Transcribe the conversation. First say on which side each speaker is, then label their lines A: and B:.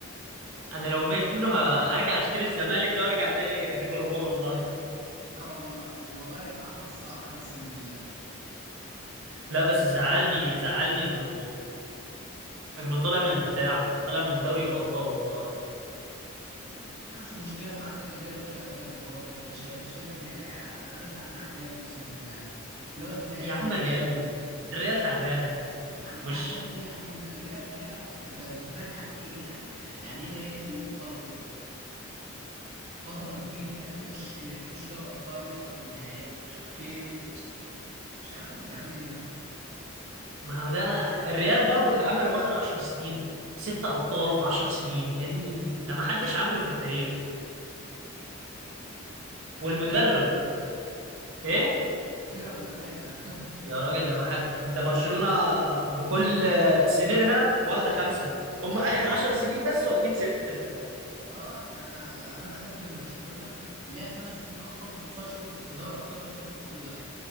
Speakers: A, on the right; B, on the right.
A: انا لو منه هرجع اشتري الزمالك ده وارجع تاني ليفربول والله
B: اه والله العظيم والله يبقى عمل الصح اقسم بالله
A: لا بس زعلني زعلني انه انه طلع من البتاع طلع من دوري الابطال والله
B: لا، مش مشكله ما عندك الريال طلع بدري برضو انت شا... انت شايف الريال يعني انا أنا زعلان على الريال اقسم بالله اللي هو ازاي يا
A: يا
B: عم
A: عم
B: ده
A: الريال الريال تعبانه
B: يا عم
A: مش
B: تعبان ايه يا عم الريال ليها انت انت فاهم يعني ايه يعني يعني ايه نادي يفضل فتره كبيره يخش يخش دوري ابطال يوصل للنهائي ايه مش عارف يا عم ايه ده
A: ما هو ده الريال برضو اللي عمله اخر عشر سنين ستة ابطال في عشر سنين يا ديني ده ما حدش عمله في التاريخ
B: يعني
A: والمدرب
B: دي كتيره ولا قليله
A: ايه
B: كتيرة ولا قليلة؟ <laughs>
A: يا راجل ده ما حد ده برشلونة بكل سنينها واخده خمسة هم اخر عشر سنين بس واخدين ستة
B: اه انا يعني انا عرفت ان برشلونة ليها خمس سنين اصلا ما بتوصلش في دوري ابطال اللي هي وصلت له ده